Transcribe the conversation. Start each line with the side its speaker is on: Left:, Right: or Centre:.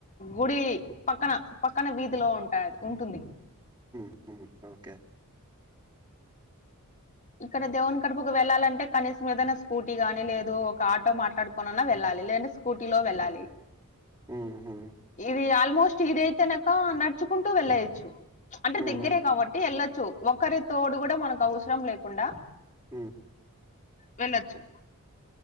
Left: గుడి పక్కన పక్కన వీధిలో ఉంటాద్ ఉంటుంది
Right: ఉ ఓకే
Left: ఇక్కడ దేవుని కడపుకు వెళ్ళాలంటే కనీసం ఏదనాస్ స్కూటీ గాని లేదు ఒక ఆటో మాట్లాడుకోనన్నా వెళ్ళాలి లేదంటె స్కూటీ లో వెళ్ళాలి
Right: ఉహు
Left: ఇది ఆల్మోస్ట్ ఇదియితేనక నడుచుకుంటూ వెళ్లేయ్యచ్చు అంటే
Right: హుహు.
Left: దగ్గరే కాబట్ ఎళ్ళచ్చు ఒక్కరి తోడు కూడా మనక అవసరం లేకుండా
Right: ఉ
Left: వెళ్ళచ్చు